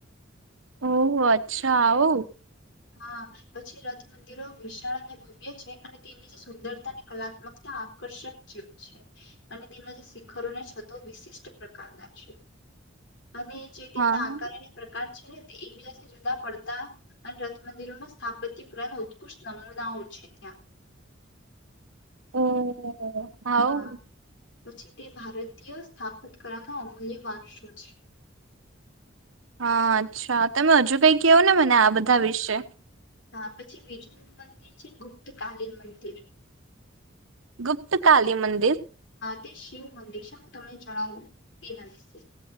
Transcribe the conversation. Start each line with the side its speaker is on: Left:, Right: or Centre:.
Right: ઓહહ અચ્છા આવું.
Left: હા પછી રથ મંદિરો વિશાળ અને ભવ્ય છે અને તેની જે સુંદરતાની કલાત્મકતા આકર્ષક જેવ છે અને તેમના જે શિખરોને છતો વિશિષ્ટ પ્રકારના છે. અને જે તેમના
Right: હા
Left: આકાર અને પ્રકાર. છે ને તે એકબીજાથી જુદા પડતા. અને રથ મંદિરોમાં સ્થાપત્ય ક્રહન ઉત્કૃષ્ટ નમૂનાઓ છે ત્યાં.
Right: ઓ હવું..
Left: હા પછી તે ભારતીય સ્થાપત કારના અમૂલ્ય વારસો છે.
Right: હા અચ્છા તમે હજુ કઈ કેવો ને મને આ બધા વિશે.
Left: હા પછી બીજુંનું મંદિર છે ગુપ્ત કલીન મંદિર.
Right: ગુપ્તકાલી મંદિર.
Left: તે શિવ મંદિર છે હું તમને જણાવું તેના વિશે